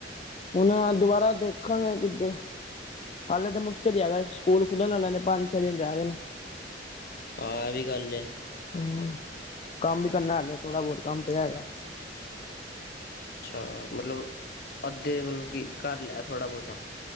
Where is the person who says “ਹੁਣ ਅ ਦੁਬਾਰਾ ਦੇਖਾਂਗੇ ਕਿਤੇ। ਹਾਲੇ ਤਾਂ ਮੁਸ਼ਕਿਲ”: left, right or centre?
Left